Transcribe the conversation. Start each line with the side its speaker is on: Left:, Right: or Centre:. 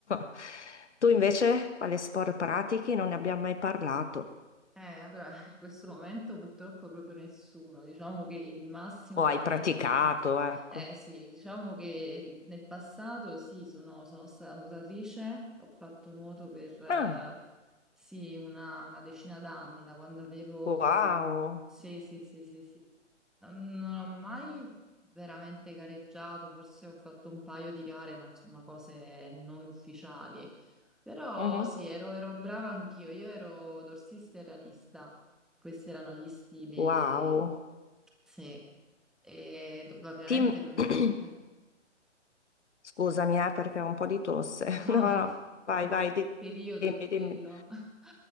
Left: <laughs> Tu invece, quale sport pratichi? Non ne abbiamo mai parlato.
Centre: Eh, allora, <laughs> in questo momento purtroppo proprio nessuno. Diciamo che il massimo
Left: O
Centre: della
Left: hai
Centre: mia
Left: praticato,
Centre: attività.
Left: ecco.
Centre: Eh sì, diciamo che nel passato sì, sono, sono stata nuotatrice, ho fatto nuoto per eh,
Left: Ah,
Centre: sì, una, una decina d'anni, da quando avevo...
Left: wow.
Centre: Sì, sì, sì, sì, sì. Non, non ho mai veramente gareggiato, forse ho fatto un paio di gare, ma insomma cose non ufficiali. Però
Left: Mhm.
Centre: sì, ero, ero brava anch'io, io ero dorsista e ranista, questi erano gli stili,
Left: Wow.
Centre: sì, e do- ovviamente
Left: Team
Centre: poi...
Left: <clears throat>
Centre: eh.
Left: Scusami, eh, perché ho un po' di tosse.
Centre: No,
Left: <laughs> No, no,
Centre: non ti-
Left: vai,
Centre: il,
Left: vai, di-
Centre: il periodo
Left: dimmi,
Centre: è quello.
Left: dimmi.
Centre: <laughs>